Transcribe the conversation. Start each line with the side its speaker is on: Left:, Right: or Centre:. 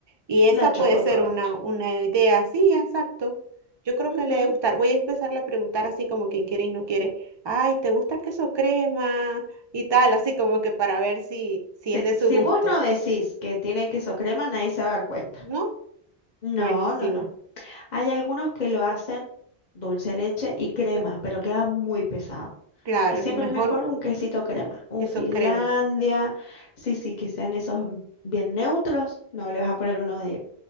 Right: Y esa
Left: La chocotorta.
Right: puede ser una, una idea, sí, exacto. Yo creo
Left: Ujú.
Right: que le debe gustar. Voy a empezarle a preguntar así como quien quiere y no quiere. Ay, ¿te gusta el queso crema? Y tal, así como que para ver si, si
Left: Sí,
Right: es de su
Left: Si
Right: gusto.
Left: vos no decís que tiene queso crema, nadie se va a dar cuenta.
Right: ¿No?
Left: No,
Right: Buenísimo.
Left: no, no. Hay algunos que lo hacen dulce de leche y crema, pero queda muy pesado.
Right: Claro,
Left: Y Siempre
Right: lo mejor
Left: es mejor un quesito crema, un
Right: queso
Left: Finlandia,
Right: crema.
Left: sí, sí, que sean esos bien neutros. No le vas a poner uno de